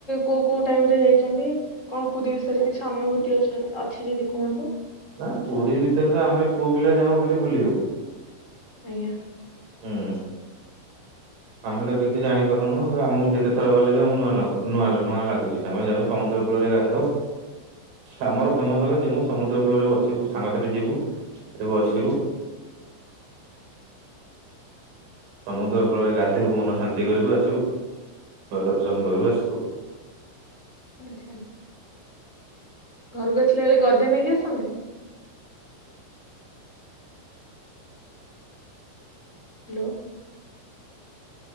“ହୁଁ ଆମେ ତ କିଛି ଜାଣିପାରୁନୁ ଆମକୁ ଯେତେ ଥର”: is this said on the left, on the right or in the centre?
Right